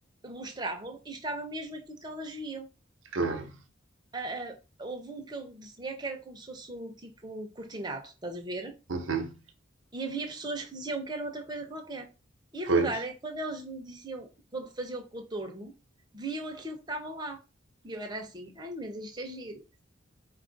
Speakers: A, on the right; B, on the right.
A: mostravam e estava mesmo aquilo que elas viam.
B: claro,
A: Ah, ah, houve um que eu desenhei que era como se fosse um tipo um cortinado, estás a ver?
B: uhum,
A: E havia pessoas que diziam que era outra coisa qualquer. E
B: pois.
A: a verdade é que quando eles me diziam, quando faziam o contorno, viam aquilo que estava lá. E eu era assim, ai, mas isto é giro,